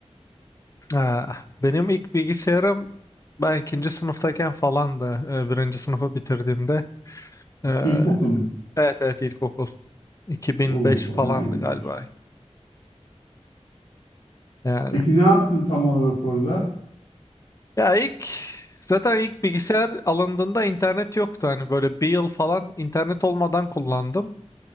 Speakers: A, on the left; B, on the left.
A: Ha. Benim ilk bilgisayarım ben ikinci sınıftayken falandı. Ee, Birinci sınıfı bitirdiğimde. Ee,
B: İlkokulda.
A: evet evet ilkokul. 2005
B: Oo,
A: falandı
B: bayağı iyiymiş.
A: galiba. Yani.
B: Peki ne yaptın tam olarak orada?
A: Ya ilk zaten ilk bilgisayar alındığında internet yoktu. Hani böyle bir yıl falan internet olmadan kullandım.